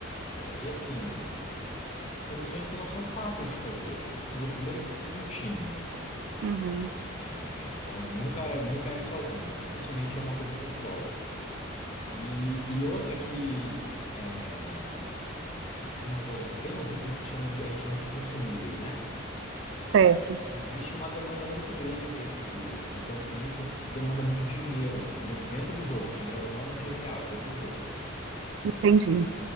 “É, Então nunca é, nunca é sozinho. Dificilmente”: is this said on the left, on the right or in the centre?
Left